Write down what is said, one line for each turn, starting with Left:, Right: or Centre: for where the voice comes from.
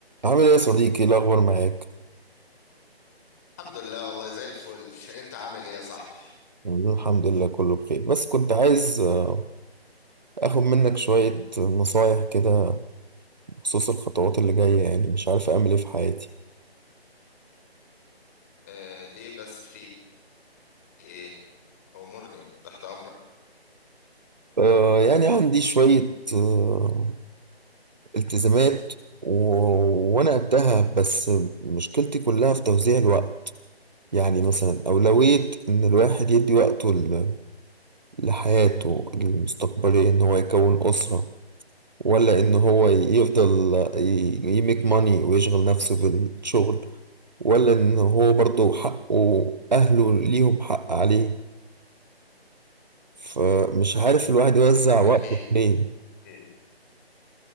Right: عامل ايه يا صديقي إيه الاخبار معاك
Left: الحمد لله والله زي الفل <laughs> انت عامل ايه يا صاحبي
Right: الحمد لله كله بخير بس كنت عايز آه، اخد منك شوية نصايح كده بخصوص الخطوات اللي جاية يعني مش عارف اعمل ايه في حياتي
Left: آه ليه بس في ايه امورني تحت امرك
Right: آه يعني عندي شوية آه التزامات و... وانا قدها بس مشكلتي كلها في توزيع الوقت يعني مثلا اولوية ان الواحد يدي وقته ل... لحياته المستقبلية ان هو يكون اسرة ولا ان هو يفضل يميك ماني ويشغل نفسه بالشغل ولا ان هو برضه حقه اهله ليهم حق عليه فمش عارف الواحد يوزع وقته
Left: اكيد
Right: فين
Left: اكيد